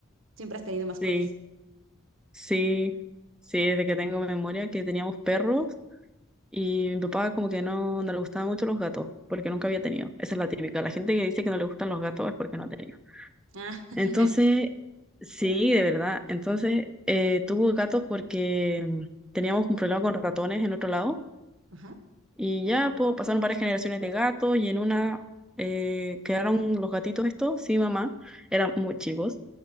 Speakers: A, on the right (about 70°); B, in the centre.
A: Siempre has tenido mascotas.
B: Sí, sí, sí, desde que tengo memoria que teníamos perros y mi papá como que no, no le gustaban mucho los gatos porque nunca había tenido. Esa es la típica. La gente que dice que no le gustan los gatos es porque no ha tenido.
A: Ah, <laughs>
B: Entonces, sí, de verdad. Entonces, eh, tuvo gatos porque mm, teníamos un problema con ratones en otro lado
A: ajá.
B: y ya pues, pasaron varias generaciones de gatos y en una eh, quedaron los gatitos estos, sí, mamá, eran muy chicos.